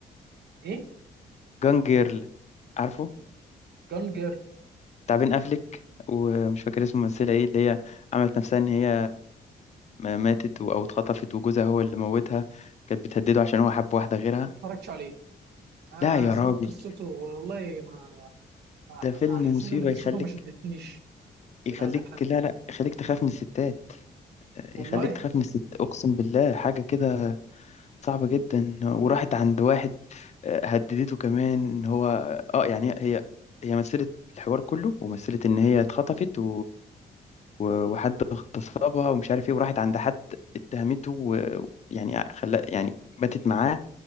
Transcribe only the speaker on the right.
ايه
جون جيرل
ما اتفرجتش عليه اه
سمعت
قصته والله ما ما,
ما حسيت
ان قصته
ما شدتنيش
لهذا الحد
يعني
والله